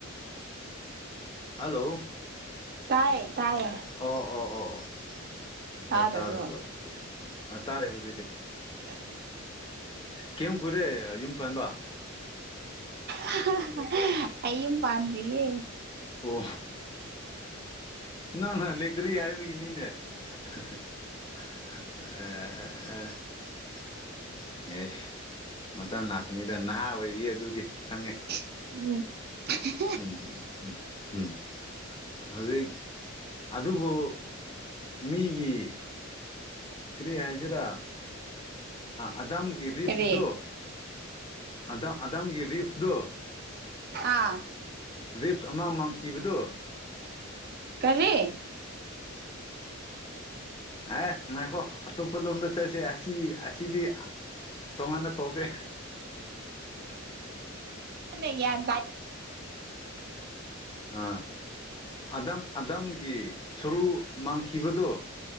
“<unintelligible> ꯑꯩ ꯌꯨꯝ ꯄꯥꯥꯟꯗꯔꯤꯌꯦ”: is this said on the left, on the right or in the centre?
Right